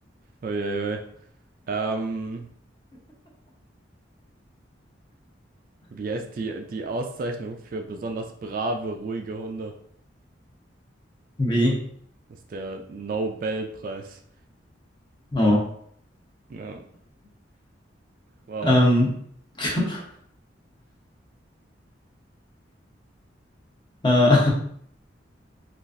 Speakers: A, on the right (about 45°); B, on the left (about 25°).
A: Uiuiui. Ähm, wie heißt die, die Auszeichnung für besonders brave, ruhige Hunde?
B: Wie?
A: Das ist der Nobelpreis.
B: Oh.
A: Ja, wow.
B: Ähm, <laughs> äh,